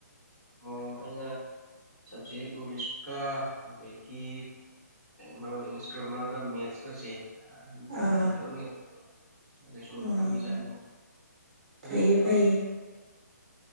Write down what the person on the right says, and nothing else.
ꯑꯥ
ꯎꯝ
ꯐꯩꯌꯦ ꯐꯩꯌꯦ